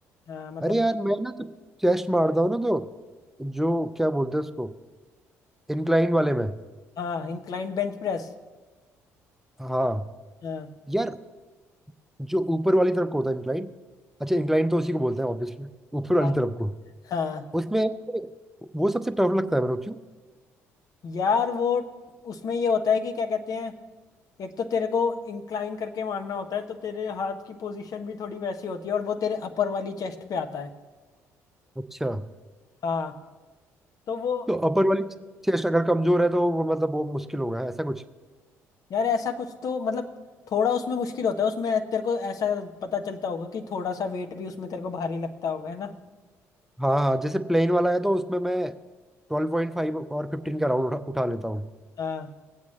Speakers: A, on the left (about 50°); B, in the centre.
A: हाँ मतलब
B: अरे यार मैं ना तो चेस्ट मारता हूँ ना तो जो क्या बोलते हैं उसको इंक्लाइन वाले में
A: हाँ इंक्लाइन बेंच प्रेस
B: हाँ
A: हाँ
B: यार जो ऊपर वाली तरफ को होता है इंक्लाइन अच्छा इंक्लाइन तो उसी को बोलते हैं ऑब्वियसली ऊपर वाली
A: हाँ
B: तरफ को
A: हाँ
B: उसमें वो सबसे टफ लगता है मेरे को क्यों
A: यार वो उसमें ये होता है कि क्या कहते हैं एक तो तेरे को इंक्लाइन करके मारना होता है तो तेरे हाथ की पोजीशन भी थोड़ी वैसी होती है और वो तेरे अपर वाली चेस्ट पे आता है
B: अच्छा
A: हाँ तो वो
B: तो अपर वाली चेस्ट अगर कमजोर है तो वो मतलब वो मुश्किल होगा ऐसा कुछ
A: यार ऐसा कुछ तो मतलब थोड़ा उसमें मुश्किल होता है उसमें तेरे को ऐसा पता चलता होगा कि थोड़ा सा वेट भी उसमें तेरे को भारी लगता होगा है ना
B: हाँ हाँ जैसे प्लेन वाला है तो उसमें मैं ट्वेल्व पॉइंट फाइव और फिफ्टीन का राउंड उठा, उठा लेता हूँ
A: हाँ